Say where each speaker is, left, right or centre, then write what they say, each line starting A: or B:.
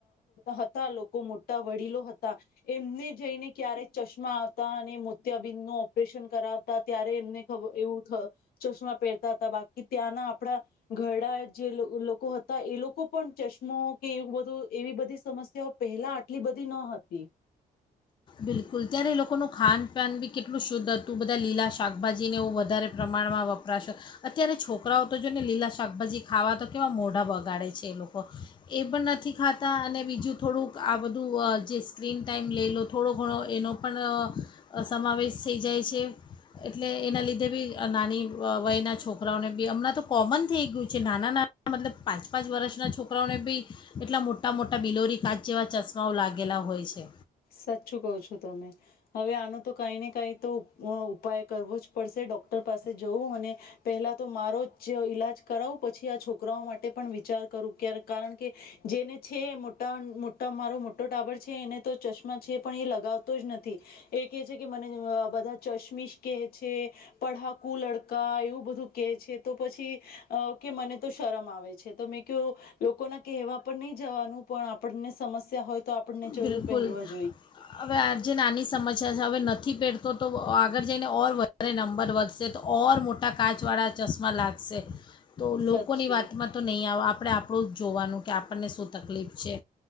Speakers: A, on the left; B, on the left.
A: હતા લોકો મોટા વડીલો હતા એમને જઈને ચકશમા આવતા અને મોત્યાબિંદ નું ઓપરેશન કરાવતા ત્યારે એમને ખબ એવું થ ચશ્મા પહેરતા હતા બાકી ત્યાંના આપણા ઘરડા જે લોકો હતા એ લોકો પણ ચશ્મા કે એ બધું એવી બધી સમસ્યાઓ પહેલા આટલી બધી ન હતી.
B: બિલકુલ ત્યારે લોકોનું ખાનપાન બી કેટલું શુદ્ધ હતું બધા લીલા શાકભાજીને એ વધારે પ્રમાણમાં વપરાશો અત્યારે છોકરાઓ તો જો ને લીલા શાકભાજી ખાવા તો કેવા મોઢા બગાડે છે એ લોકો એ પણ નથી ખાતા અને બીજું થોડુંક આ બધું જે સ્ક્રીન ટાઈમ લઈ લો થોડો ઘણો એનો પણ સમાવેશ થઈ જાય છે એટલે એના લીધે બી નાની વયના છોકરાઓને બી હમણાં તો કોમન થઈ ગયું છે નાના નાના મતલબ પાંચ પાંચ વર્ષના છોકરાઓને બી એટલા મોટા મોટા બિલોરી કાચ જેવા ચશ્માઓ લાગેલા હોય છે.
A: સાચું કહ છો તમે હવે આનું તો કઈ નને કઈ તો ઉપાય કરવો જ પડશે ડૉક્ ટર પાસે જવું અને પહેલા તો મારો જ ઈલાજ કરાવું પછી આ છોકરાઓ માટે પણ વિચાર કરું કારણ કે જેને છે મોટા મોટા મારો મોટો ટાબર છે એને તો ચશ છે પણ એ લગાવતો જ નથી એ કે છે કે મને બધા ચશ્મીશ કેહે છે, પઢાકુ લડકા એવું બધું કેહે છે તો પછી કે મને તો શરમ આવે છે તો મેં કહ્યું લોકો ના કહેવા પર નહી જવાનું પણ આપણને સમસ્યા હોય તો આપણને જરૂર
B: બિલકુલ
A: પહેરવા જો
B: હવે આ જે નાની સમસ્યા છે હવે નથી પહેરતી તો તો આગળ જઈને ઓર વધારે નંબર વધશે તો ઓર મોટા કાચ વાળા ચશ્મા લાગશે. તો લોકોની
A: સચ
B: વાતમાં તો નહીં આવે આપ આપણે આપણું જ જોવાનું કે આપણને શું તકલીફ છે.